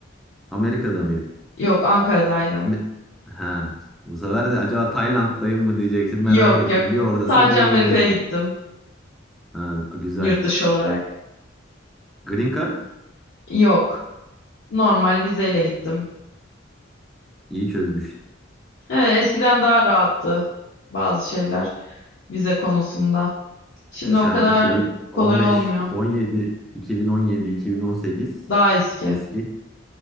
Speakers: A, in the centre; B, on the left (about 80°).
A: Amerika'da mıydı?
B: Yok Ankara'daydım.
A: Me- ha. Bu sefer de acaba Tayland'dayım mı diyeceksin merak
B: Yok
A: ettim.
B: yok.
A: Bir oradasın
B: Sadece
A: bir
B: Amerika'ya
A: buradasın.
B: gittim
A: Ha, güzel.
B: yurt dışı olarak.
A: Green Card
B: Yok. Normal vizeyle gittim.
A: iyi çözmüş.
B: Ee, eskiden daha rahattı bazı şeyler vize konusunda. Şimdi
A: E, Sen
B: o kadar
A: 2015,
B: kolay olmuyor.
A: 17, 2017, 2018
B: Daha eski.
A: eski.